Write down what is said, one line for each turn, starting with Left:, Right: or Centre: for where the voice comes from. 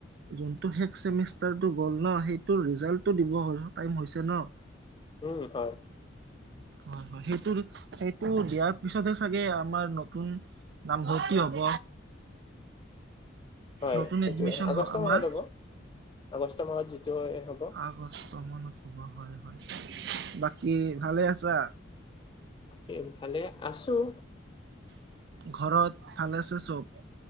Right: যোনটো শেষ চেমিষ্টাৰটো গ'ল ন সেইটোৰ ৰিজাল্টটো দিব টাইম হৈছে ন?
Left: উম, হয়।
Right: হয়, হয় সেইটো সেইটো দিয়াৰ পিছতহে চাগে আমাৰ নতুন নামভৰ্তি হব।
Left: হয়
Right: নতুন
Left: সেইটোৱে
Right: এডমিশন
Left: আগষ্ট
Right: আমাৰ
Left: মাহত হ'ব, আগষ্ট মাহত যিটো হ'ব।
Right: আগষ্ট মানত হ'ব হয়, হয়। বাকী ভালে আছা?
Left: বাকী ভালে আছোঁ।
Right: ঘৰত ভালে আছে চব?